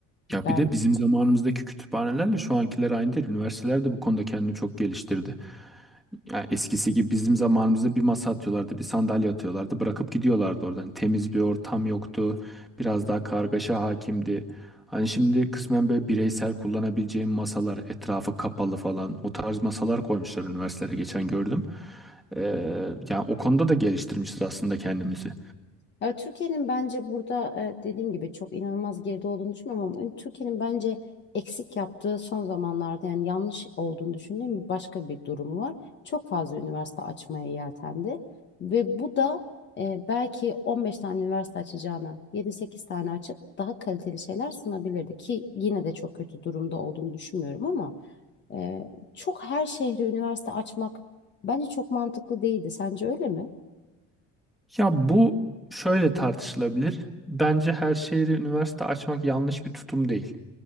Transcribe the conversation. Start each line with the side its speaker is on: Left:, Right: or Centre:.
Centre: Ya
Left: Ben
Centre: bir de bizim zamanımızdaki kütüphanelerle şu ankiler aynı değil. Üniversiteler de bu konuda kendini çok geliştirdi. Ya eskisi gibi bizim zamanımızda bir masa atıyorlardı, bir sandalye atıyorlardı, bırakıp gidiyorlardı oradan. Temiz bir ortam yoktu, biraz daha kargaşa hakimdi. Hani şimdi kısmen böyle bireysel kullanabileceğim masalar, etrafı kapalı falan o tarz masalar koymuşlar üniversitelere geçen gördüm. Ee, yani o konuda da geliştirmişiz aslında kendimizi.
Left: Ya Türkiye'nin bence burada e, dediğim gibi çok inanılmaz geride olduğunu düşünmüyorum ama Türkiye'nin bence eksik yaptığı son zamanlarda yani yanlış olduğunu düşündüğüm başka bir durumu var. Çok fazla üniversite açmaya yeltendi ve bu da e, belki 15 tane üniversite açacağına yedi sekiz tane açıp daha kaliteli şeyler sunabilirdi ki yine de çok kötü durumda olduğunu düşünmüyorum ama e, çok her şehre üniversite açmak bence çok mantıklı değildi. Sence öyle mi?
Centre: Ya bu şöyle tartışılabilir. Bence her şehri üniversite açmak yanlış bir tutum değil.